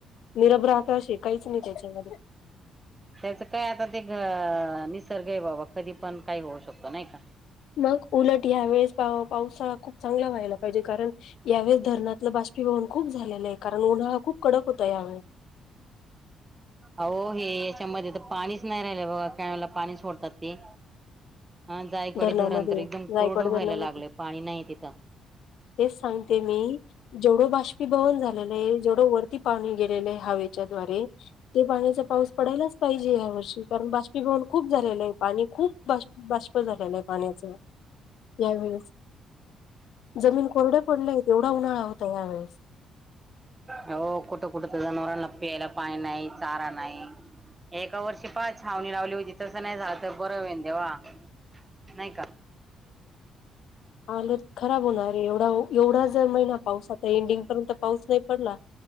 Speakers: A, on the left; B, on the right.
A: निरभ्र आकाश आहे काहीच नाही त्याच्यामध्ये
B: त्याच काय आता ते निसर्ग आहे बाबा कधी पण काही होऊ शकतो नाही का?
A: मग उलट या वेळेस पावसाळा खूप. चांगला व्हायला पाहिजे कारण यावेळेस धरणातलं बाष्पीभवन खूप झालेला आहे कारण उन्हाळा खूप कडक हुतया
B: हो हे च्या म तर पाणीच नाही राहिलं ब कला पाणी सोडतात ते हा जायकवाडी
A: धरणामध्ये
B: धरण तर एकदम
A: जायकवाड
B: कोरडं व्हायला
A: धरणामध्ये
B: लागलंय पाणी नाही तिथं
A: तेच सांगते मी जेवढं बाष्पीभवन झालेलंय जेवढ वर पाणी गेलेले आहे हवेच्या द्वारे ते पाण्याचा पाऊस पडायलाच पाहिजे या वर्षी कारण बाष्पीभवन खूप झालेलं आहे पाणी खूप बा बा झा पाण्या यावे जमीन कोरड्या पडल्या आहेत तेवढा उन्हाळा होता यावेेळेस
B: हो कुठं कुठं तर जनावरांना प्यायला पाणी नाही चारा नाही एका वर्षी पाच छावणी लावली होती तसं नाही झालं तर बरं होईन देवा. नाही का?
A: हालत खराब होणार आहे एवढा हो. एवढा जर महिना पाऊस आता एंडिंग पर्यंत पाऊस नाही पडला.